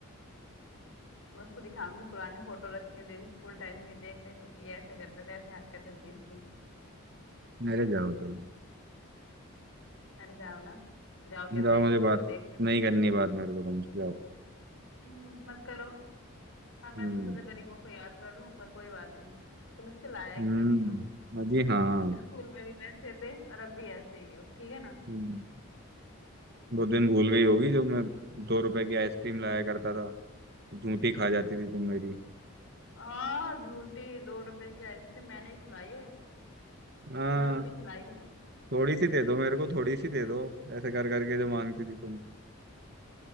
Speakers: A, on the left (about 65°); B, on the right (about 45°).
A: मैं उसको दिखाऊंगी पुरानी फोटो रखी है देख स्कूल टाइम की देख देख ये ऐसे करते थे ऐसे हरकतें थी इसकी
B: मेरे जाओ तुम
A: अरे जाओ ना जाओ कैसा
B: जाओ
A: ही
B: मुझे
A: बोल
B: बात
A: रही हूँ देख लेना
B: नहीं करनी बात मेरे को तुमसे जाओ
A: हम्म, मत करो हाँ मैं
B: हम्म
A: तो सोचा गरीबों को याद कर लूं पर कोई बात नहीं तुम इसके लायक
B: हम्म
A: ही नहीं हो
B: हाँ जी
A: तुम
B: हाँ
A: स्कूल में भी वैसे थे और अब भी ऐसे ही हो ठीक है ना
B: हम्म, वो दिन भूल गई होगी जो मैं दो रुपए की आइसक्रीम लाया करता था झूठी खा जाती थी तुम मेरी
A: हाँ झूठी दो रुपए की आइसक्रीम मैंने ही खिलाई है
B: हाँ
A: तुमने तो कभी खिलाई भी नहीं है
B: थोड़ी सी दे दो मेरे को थोड़ी सी दे दो ऐसे कर करके जो मांगती थी तुम